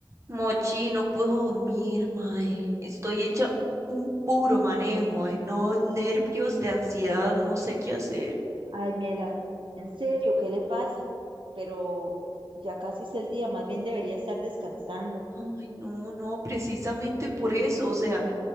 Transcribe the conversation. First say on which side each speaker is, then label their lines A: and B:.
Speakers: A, on the right (about 35°); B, on the right (about 70°).
A: Mochi, no puedo dormir, mae. Estoy hecha un puro manejo, eh. No, nervios de ansiedad, no sé qué hacer.
B: Ay, Mela, en serio, ¿qué le pasa? Pero ya casi es el día, más bien debería estar descansando.
A: Ay, no, no, precisamente por eso, o sea,